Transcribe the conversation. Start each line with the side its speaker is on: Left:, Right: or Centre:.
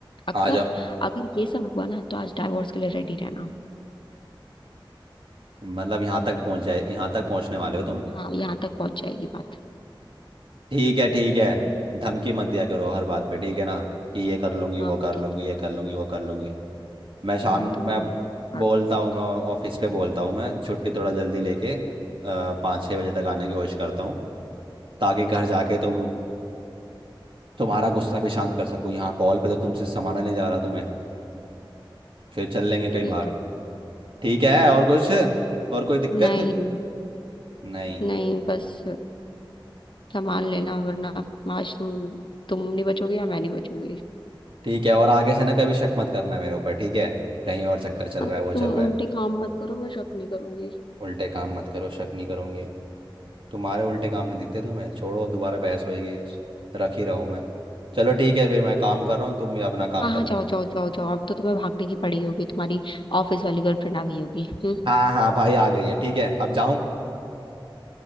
Left: अगर
Right: आ जाओ
Left: अगर ये सब हुआ ना तो आज डाइवोर्स के लिए रेडी रहना
Right: मतलब यहाँ तक पहुँच जाए यहाँ तक पहुँचने वाले हो तुम
Left: हाँ यहाँ तक पहुंच जाएगी बात
Right: ठीक है ठीक है धमकी मत दिया करो हर बात पे ठीक है ना कि ये कर लूंगी
Left: हाँ
Right: वो
Left: हाँ
Right: कर
Left: ठीक
Right: लूंगी
Left: है
Right: ये कर लूंगी वो कर लूंगी मैं शाम
Left: तुम्हारा तो मैं
Right: मैं
Left: बहुत कुछ बता
Right: बोलता
Left: दूंगी
Right: हूँ मैं ऑफिस पे बोलता हूँ मैं छुट्टी थोड़ा जल्दी लेके अ, पाँच छः बजे तक आने की कोशिश करता हूँ ताकि घर जाके तुम तुम्हारा गुस्सा भी शांत कर सको यहाँ कॉल पे तो तुमसे संभाला नहीं जा रहा तुम्हें फिर चल लेंगे कहीं
Left: ठीक
Right: बाहर
Left: है
Right: ठीक है और कुछ और कोई दिक्कत
Left: नहीं
Right: नहीं
Left: नहीं बस संभाल लेना वरना आज तुम तुम नहीं बचोगे या मैं नहीं बचूंगी
Right: ठीक है और आगे से ना कभी शक मत करना मेरे ऊपर ठीक है कहीं और चक्कर चल रहा
Left: अगर
Right: है वो चल
Left: तुम
Right: रहा
Left: उल्टे
Right: है
Left: काम मत करो मैं शक नहीं करूंगी
Right: उल्टे काम मत करो शक नहीं करूंगी तुम्हारे उल्टे काम नहीं दिखते तुम्हें छोड़ो अब दोबारा बहस होएगी रख ही रहा हूँ मैं चलो ठीक है फिर मैं काम कर रहा हूँ तुम भी अपना काम
Left: हाँ हाँ
Right: कर
Left: जाओ
Right: लो
Left: जाओ जाओ जाओ अब तो तुम्हें भागने की पड़ी होगी तुम्हारी ऑफिस वाली गर्लफ्रेंड आ गई होगी हम्म
Right: हाँ हाँ भाई आ गई है ठीक है अब जाऊँ